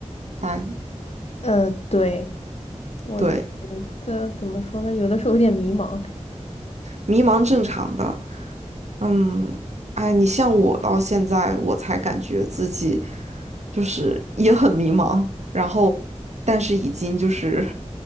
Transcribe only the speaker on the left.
呃，对，我觉
得怎么说呢？有的时候有点迷茫。